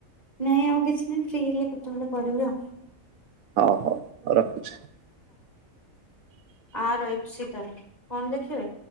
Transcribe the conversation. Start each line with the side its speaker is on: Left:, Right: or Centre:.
Left: ନାଇଁ ଆଉ କିଛି ନାହିଁ ଫ୍ରି ହେଲେ କେତେବେଳେ କରିବି ଆଉ।
Right: ହଉ ହଉ ରଖୁଛି।
Left: ଆ ରହିଛି ତା ହେଲେ କଣ ଦେଖିବେ?